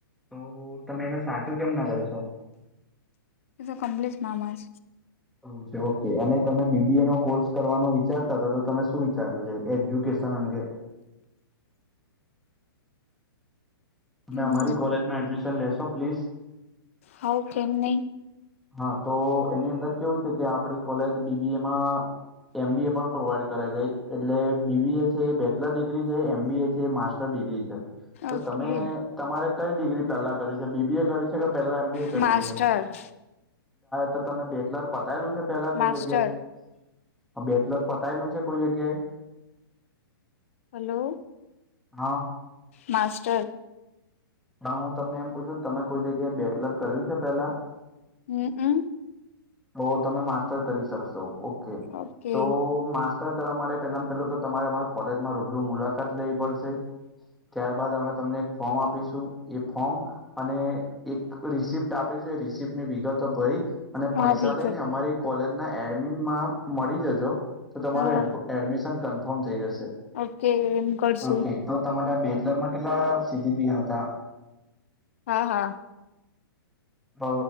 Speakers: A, in the centre; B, on the left.
A: તો તમે એને સાચું કેમ ના કરશો
B: એતો કમ્લેશ મામાજ.
A: ઓકે ઓકે અને તમે બીબી એ નો કોર્સ કરવાનું વિચારતા હતા તો તમે શું વિચાર્યું છે એજ્યુકેશન અંગે તમે
B: હમ
A: અમારી કોલેજમાં એડમિશન લેશો પ્લીઝ
B: હવ કેમ નહી
A: હા તો એની અંદર કેવું છે કે આપડી કોલેજ બીબી એમાં એમ બી એ પણ પ્રોવાઈડ કરાય છેાય એટલે બીબી એ છે એ બેચલર ડિગ્રી છે એમબી એ છે માસ્ ટર ડિગ્રી છે તો
B: ઓકે
A: તમે તમારે કઈ ડિગ્રી પહેલા કરી છે બીબીએ કર વી છે કે પેલા એમબી એ કરવી
B: માસ્ટર
A: છે તો તમે બેચલર પતાયેલું છે. પેલા કોઈ
B: માસ્ટર
A: જગ્યાએ બેચલર પતાયેલું છે કોઈ જગ્યાએ
B: હલો.
A: હા.
B: માસ્ટર.
A: પણ હું તમને એમ પૂછું કે તમે કોઈ જગ્યાએ બેચલર કર્યું છે પેલા
B: હમમ
A: તો તમે માસ્ટર કરી શકશો ઓકે
B: ઓકે
A: તો માસ્ટર કરવા માટે પેલા પેલું તો તમારે અમાર કોલેજમાં રૂબરૂ મુલાકાત લેવી પડશે. ત્યારબાદ અમે તમને એક ફોર્મ આપીશું એ ફોર્મ અને એક રિસિપ્ટ આપી છે રિસિપ્ટની વિગતો ભરી અને
B: હા
A: પૈસા
B: વિગત
A: લઈને અમારી કોલેજ ના એડમિનમાં મળી જજો તો તમારું
B: હા
A: એડમિશન કન્ફર્મ થઈ જશે.
B: ઓકે એમ કરશુ.
A: ઓકે તો તમારા બેચલરમાં કેટલા સીજીપી હતા.
B: હા હા.
A: હ